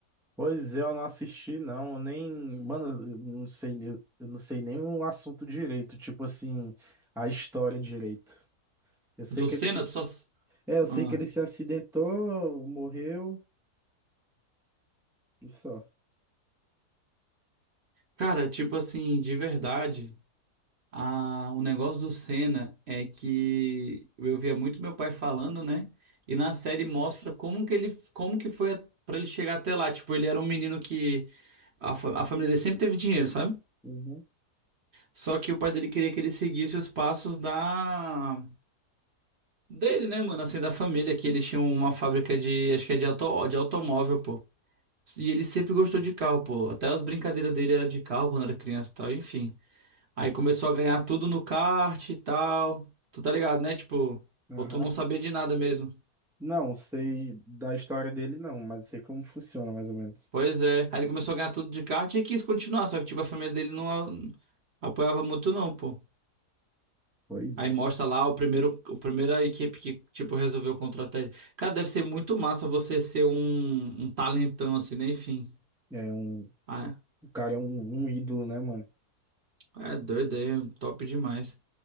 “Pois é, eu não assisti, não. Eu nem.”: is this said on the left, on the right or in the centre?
Centre